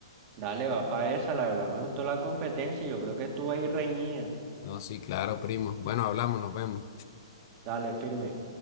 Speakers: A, on the right; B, on the left.
A: Dale, va para esa, la verdad me gustó la competencia y yo creo que estuvo ahí reñida.
B: No, sí, claro, primo. Bueno, hablamos, nos vemos.
A: Dale, firme.